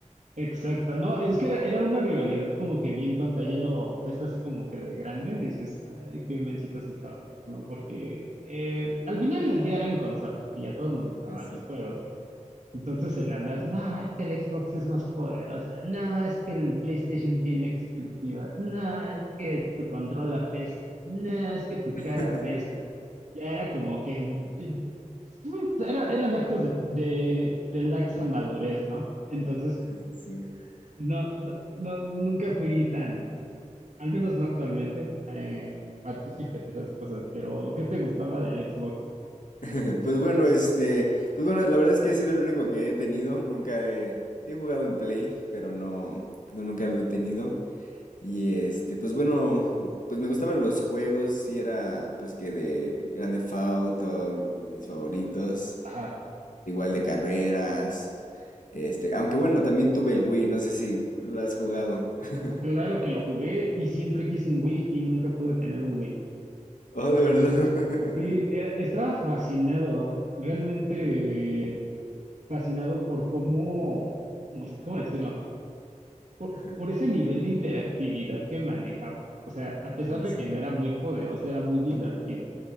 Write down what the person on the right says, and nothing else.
Exacto, no, es que era, era una rivalidad como que bien tonta, ya lo ves así como que de grande, y dices, ay, qué mencitos estábamos, ¿no? Porque eh, al final del día eran consolas y a todos nos gustaban
los juegos. Entonces el andar, no, es que el Xbox es más poderosa, no, es que el PlayStation tiene exclusivas, no, es que tu control apesta, no, es que tu
cara apesta. Ya era como que, eh, era, eran actos de, de, de laxa madurez, ¿no? Entonces,
no, no, no- nunca fui tan, al menos no actualmente, eh, partícipe de esas cosas, pero ¿qué te gustaba del Xbox?
Ajá,
claro que lo jugué y siempre quise un Wii y nunca pude tener un Wii.
Sí, era- estaba fascinado, realmente
eh, fascinado por cómo, mm, ¿cómo decirlo? Por,
por ese nivel de interactividad que manejaba. O sea, a pesar
de
que no era muy poderoso, era muy divertido.